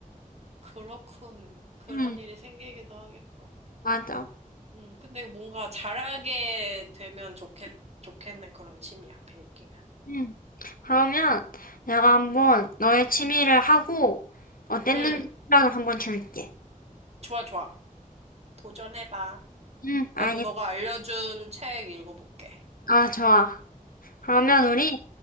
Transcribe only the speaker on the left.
응,
맞아.
응. 그러면, 내가
한번 너의 취미를 하고, 어땠는지
생각을 한번 줄게.
응, 알겠어.
아, 좋아. 그러면
우리